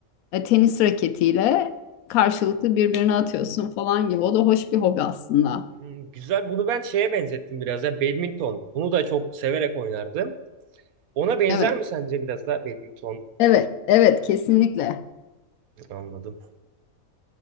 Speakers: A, on the left; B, on the right.
A: e, tenis raketiyle karşılıklı birbirine atıyorsun falan gibi. O da hoş bir hobi aslında.
B: Hmm, güzel. Bunu ben şeye benzettim biraz ya badminton. Bunu da çok severek oynardım. Ona benzer
A: Evet,
B: mi sence biraz daha badminton?
A: evet, evet kesinlikle.
B: Anladım.